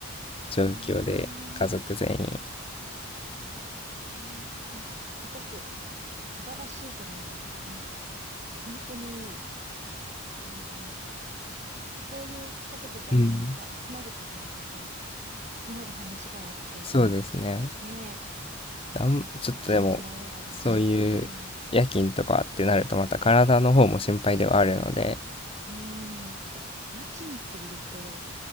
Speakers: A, on the left (about 25°); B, on the right (about 35°).
A: 状況で、
B: あ。
A: 家族全員。
B: あええなんかすすごく素晴らしいと思います。なんか、本当にいい、なんか、そういう家族がまた集まるとね、
A: うん。
B: また積もる話があって、
A: そうですね。
B: ね
A: あん、ちょっとでも、
B: え、エピソードも多いだろうし、
A: そういう夜勤とかってなると、
B: うん、
A: また体の方も心配ではあるので、
B: うん、え、夜勤っていうと、